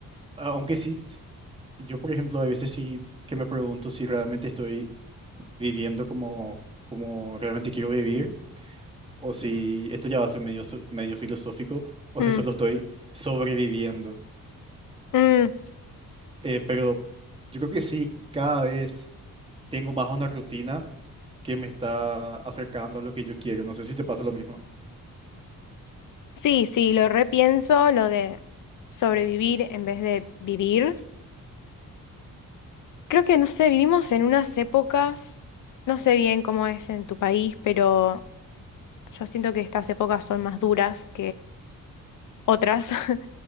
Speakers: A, on the right; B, on the left.
A: aunque sí, s- yo por ejemplo, a veces sí que me pregunto si realmente estoy viviendo como, como realmente quiero vivir, o si esto ya va a ser medio, so- medio filosófico, o
B: Mm,
A: si solo estoy sobreviviendo.
B: mm,
A: Eh, pero yo creo que sí, cada vez tengo más una rutina que me está acercando a lo que yo quiero. No sé si te pasa lo mismo.
B: Sí, sí, lo repienso, lo de sobrevivir en vez de vivir. Creo que, no sé, vivimos en unas épocas, no sé bien cómo es en tu país, pero yo siento que estas épocas son más duras otras. <laughs>